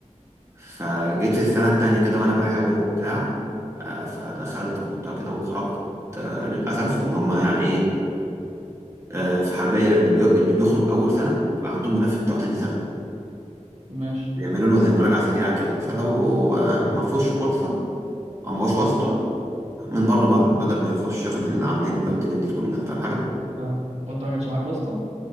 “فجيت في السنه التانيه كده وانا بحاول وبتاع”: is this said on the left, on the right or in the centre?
Right